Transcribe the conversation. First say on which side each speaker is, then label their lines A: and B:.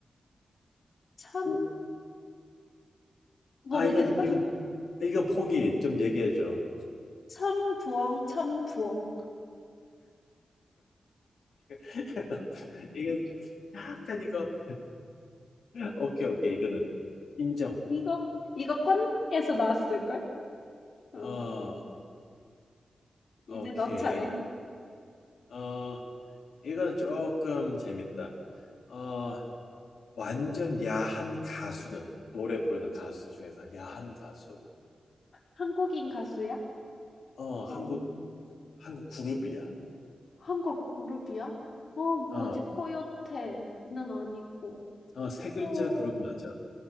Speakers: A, on the left; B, on the left.
A: 참
B: 우,
A: 모르겠어?
B: 아, 이거는, 이거, 이건 포기. 좀 얘기해줘.
A: 참부엉, 참부엉.
B: <laughs> 이거, 좀- 약간 이거, 오케이, 오케이. 이거는 인정.
A: 이거, 이거 꼰대에서 나왔을걸? 어,
B: 어,
A: 이제
B: 오케이.
A: 너 차례.
B: 어, 이거는 조금 재밌다. 어, 완전 야한 가수는, 노래 부르는 가수 중에서 야한 가수.
A: 한국인 가수야?
B: 어, 한국,
A: 어,
B: 한국 그룹이야.
A: 한국 그룹이야? 어, 뭐지,
B: 어,
A: 코요테는 아니고.
B: 어, 세 글자
A: 어,
B: 그룹 맞아.